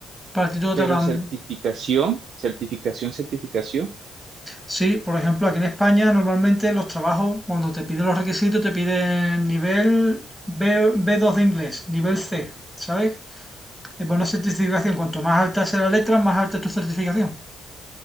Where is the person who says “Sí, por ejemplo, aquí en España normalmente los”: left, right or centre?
Centre